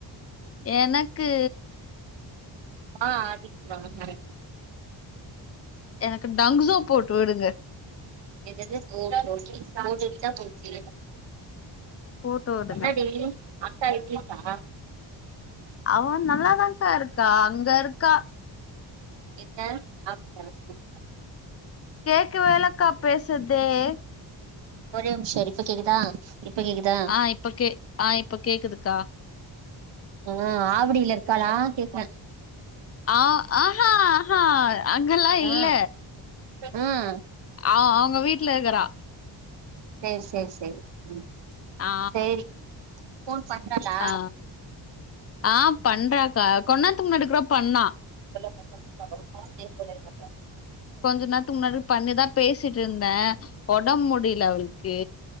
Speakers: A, on the left (about 35°); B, on the right (about 65°).
A: எனக்கு
B: ஆ <unintelligible>
A: எனக்கு டங்ஸோ போட்டு விடுங்க
B: என்னது ஓ போட்டு விட்டாப் போச்சு
A: போட்டு விடுங்க
B: என்னடி அக்கா இருக்கேம்பா
A: அவ நல்லாதாங்கா இருக் க்கா அங்க இருக்கா
B: எங்க <inaudible>
A: கேக்கவேல்லக்கா பேசுறது டே
B: ஒரே ஒரு நிம்ஷோ இரு இப்ப கேக்குதா இப்ப கேக்குதா
A: ஆ இப்ப கே ஆ இப்ப கேக்குதுக்கா
B: ஆ ஆவடியில இருக்காளா கேக்ற
A: ஆ ஆஹா ஆஹா அங்கல்லா இல்ல
B: ஆ ஆ
A: ஆ அவுங்க வீட்ல இருக்குறா
B: சேரி சேரி சேரி ம்
A: ஆ
B: சேரி ஃபோன் பண்றாலா
A: ஆ ஆ பண்றாக்கா கொஞ்ச நேரத்துக்கு முன்னாடி கூட பண்ணா
B: <inaudible>
A: கொஞ்ச நேரத்துக்கு முன்னாடி பண்ணிதா பேசிட்டு இருந்த ஒடம் முடியில அவளுக்கு